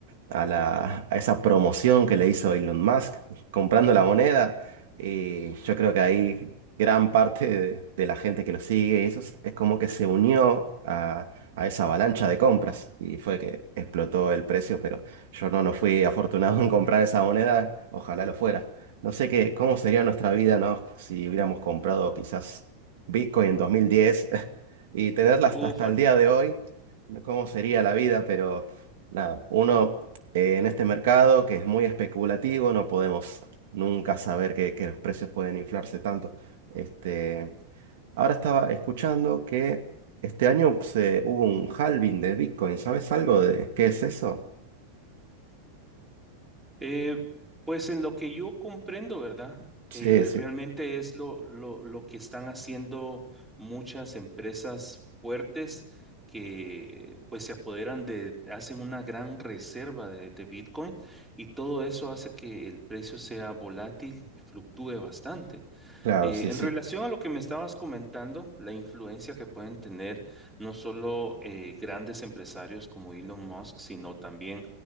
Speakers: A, on the right; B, in the centre.
A: a la, a esa promoción que le hizo Elon Musk comprando la moneda. Y yo creo que ahí gran parte de, de la gente que lo sigue, y eso es, es como que se unió a, a esa avalancha de compras y fue que explotó el precio, pero yo no, no fui afortunado en comprar esa moneda, ojalá lo fuera. No sé qué, cómo sería nuestra vida, ¿no? Si hubiéramos comprado quizás Bitcoin en 2010 <laughs> y tenerla hasta,
B: Ufala.
A: hasta el día de hoy, ¿no? ¿cómo sería la vida? Pero nada, uno eh, en este mercado que es muy especulativo, no podemos nunca saber que, que los precios pueden inflarse tanto. Este, ahora estaba escuchando que este año se, hubo un halving de Bitcoin. ¿Sabes algo de qué es eso?
B: Eh, pues en lo que yo comprendo, ¿verdad?
A: Sí,
B: Eh,
A: sí,
B: realmente es lo, lo, lo que están haciendo muchas empresas fuertes que pues se apoderan de, hacen una gran reserva de, de Bitcoin y todo eso hace que el precio sea volátil y fluctúe bastante.
A: claro,
B: Eh,
A: sí,
B: en
A: sí.
B: relación a lo que me estabas comentando, la influencia que pueden tener no solo eh, grandes empresarios como Elon Musk, sino también